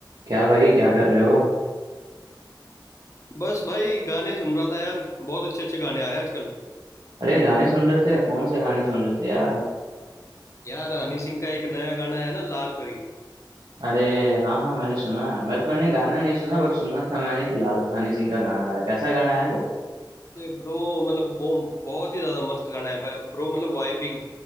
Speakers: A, on the right; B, on the left.
A: क्या भाई क्या कर रहे हो
B: बस भाई गाने सुन रहा था यार बहुत अच्छे अच्छे गाने आ रहे हैं आजकल
A: अरे गाने सुन रहे थे कौन से गाने सुन रहे थे यार
B: यार हनी सिंह का एक नया गाना आया ना लाल परी
A: अरे हाँ हाँ मैंने सुना है मैं मैंने गाना नहीं सुना बट सुना था मैंने कि लाल हनी सिंह का गाना आ रहा है कैसा गाना है वो
B: अरे ब्रो मतलब बो बहुत ही ज्यादा मस्त गाना है भाई ब्रो मतलब वाइबिंग